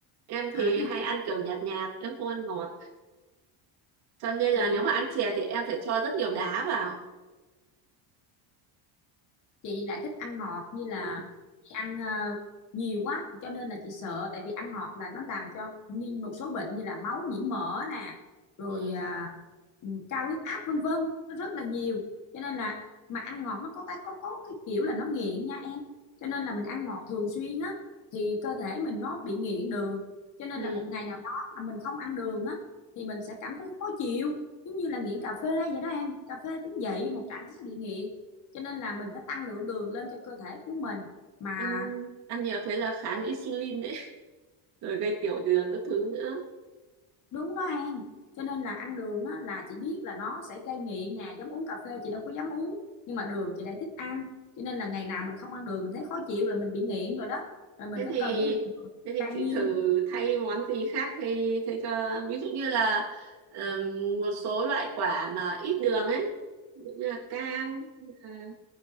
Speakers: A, on the right (about 55°); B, on the left (about 40°).
A: em
B: à,
A: thì
B: ví
A: hay
B: dụ
A: ăn kiểu nhạt nhạt em không ăn ngọt cho nên là
B: chị
A: nếu mà ăn chè thì em phải cho rất nhiều đá vào
B: chị lại thích ăn ngọt như là
A: ừ.
B: chị ăn ờ, nhiều quá cho nên là chị sợ tại vì ăn ngọt là nó làm cho như một số bệnh như là máu nhiễm mỡ nè rồi
A: Ừ.
B: à, ừ, cao huyết áp vân vân nó rất là nhiều cho nên là mà ăn ngọt nó có ta có có cái kiểu là nó nghiện nha em cho nên là mình ăn ngọt thường xuyên á thì cơ thể mình nó bị nghiện đường cho nên
A: Ừ.
B: là một ngày nào đó mà mình không ăn đường á thì mình sẽ cảm thấy khó chịu giống như là nghiện cà phê vậy đó em cà phê cũng vậy một trạng thái bị nghiện cho nên là mình phải tăng lượng đường lên cho cơ thể của mình mà
A: ăn ăn nhiều thế là kháng insulin đấy <laughs> rồi gây tiểu đường các thứ nữa
B: đúng đó em cho nên là ăn đường á, là chị biết là nó sẽ gây nghiện nè giống uống cà phê chị đâu có dám uống nhưng mà đường chị lại thích ăn cho nên là ngày nào mình không ăn đường mình thấy khó chịu là mình bị nghiện rồi đó rồi mình
A: thế
B: phải
A: thì
B: cần cái lượng đường
A: thế thì
B: bao
A: chị
B: nhiêu
A: thử thay món gì khác thay thay cho ví dụ như là ừm, một số loại quả mà ít đường ấy ví dụ như là cam à,